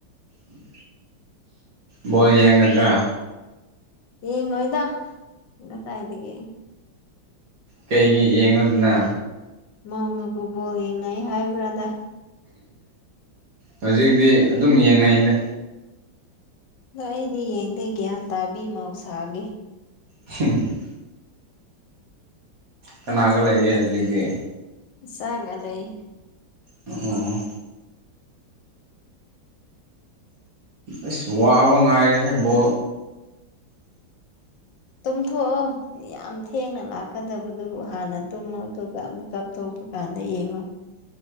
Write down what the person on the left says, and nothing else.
ꯌꯦꯡꯂꯣꯏꯗ ꯀꯥꯗꯥꯏꯗꯒꯤ
ꯃꯧꯅꯕꯨ ꯕꯣꯜ ꯌꯦꯡꯅꯩ ꯍꯥꯏꯕ꯭ꯔꯥꯗ
ꯅꯪ ꯑꯩꯗꯤ ꯌꯦꯡꯗꯦ ꯒ꯭ꯌꯥꯟ ꯇꯥꯕꯤ ꯃꯍꯧꯁꯥꯒꯦ
ꯏꯆꯒꯥ ꯂꯩ
ꯇꯨꯝꯊꯣꯛ ꯑꯣ ꯌꯥꯝ ꯊꯦꯡꯅ ꯂꯥꯛꯀꯗꯕꯗꯨꯕꯨ ꯍꯥꯟꯅ ꯇꯨꯝꯃꯨ ꯑꯗꯨꯒ ꯃꯤꯀꯞ ꯊꯣꯛꯧꯔꯛꯄ ꯀꯥꯟꯗ ꯌꯦꯡꯉꯨ